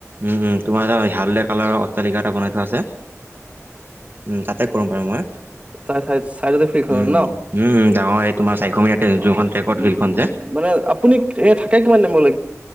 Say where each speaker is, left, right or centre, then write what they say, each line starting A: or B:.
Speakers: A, on the right (about 40°); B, on the right (about 20°).
A: উম উম, তোমাৰ <unintelligible> হালধীয়া কালাৰৰ অট্টালিকা এটা বনাই থোৱা আছে, উম তাতে কৰোঁ বাৰু মই।
B: তাৰ চা - চাইডতে ফিল্ড খনত
A: উম
B: ন?
A: উম উম উম ডাঙৰ এই তোমাৰ চাৰিশ মিটাৰ
B: অ'
A: যোনখন ট্ৰেকত
B: উম
A: ফিল্ডখন
B: উম
A: যে
B: মানে আপুনি এ থাকে কিমান <unintelligible>